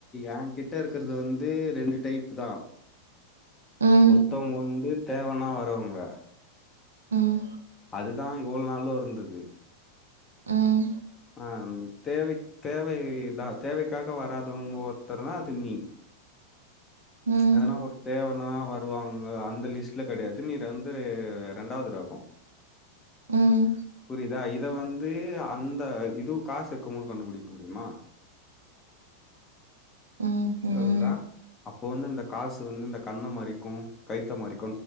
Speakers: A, on the left; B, on the right.
A: ஏங்கிட்ட இருக்கறது வந்து ரெண்டு டைப்புதா
B: ம்
A: ஒருத்தவுங்க வந்து தேவனா வரவுங்க
B: ம்
A: அதுதா இவுள் நாளு இருந்தது
B: ம்
A: அம் தேவைக் தேவைதா தேவைக்காக வராதவுங்க ஒருத்தர்னா அது நீ
B: ம்
A: எதனா ஒரு தேவனா வருவாங்க அந்த லிஸ்ட்ல கெடையாது நீ ரந்து ரே ரெண்டாவுது ரகோ
B: ம்
A: புரிதா இத் இத வந்து அந்த இதுவுக் காசு இருக்கும்போ கண்டுபுடிக்க முடியுமா
B: ம்
A: சொல்றா
B: ம்
A: அப்போ வந்து இந்தக் காசு வந்து இந்த கண்ண மறைக்கு கைத்த மறைக்